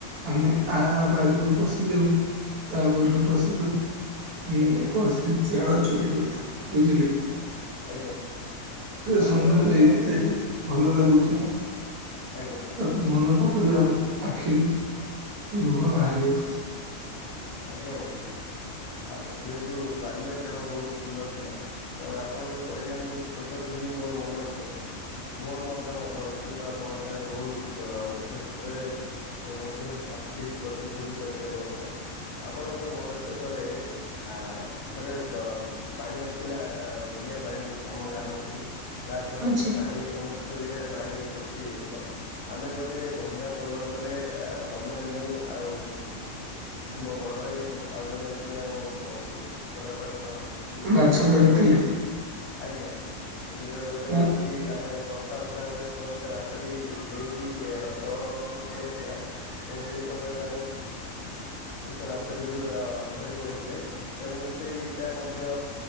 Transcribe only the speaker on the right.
ଆମେ ଆ ବାରି ରୁ ପଶିଯାଉ ତା ବାରି ରୁ ପଶିଯାଉ ଉଁ ସବୁ
ପଶି କି ଝାଳ ଚୋରି କରିଥାଉ। ବୁଝିଲେ କି?
ସେ
ସମୟରେ
ଏତେ ଭଲ ଲାଗୁଥିଲା
ତାକୁ ମନ ପକ କଲା ବେଳକୁ ଆଖିରୁ ଲୁହ ବାହାରି ଆସୁଚି।
ଆଚ୍ଛା
ମାଛ
ଧରିଥିଲେ
ମୁଁ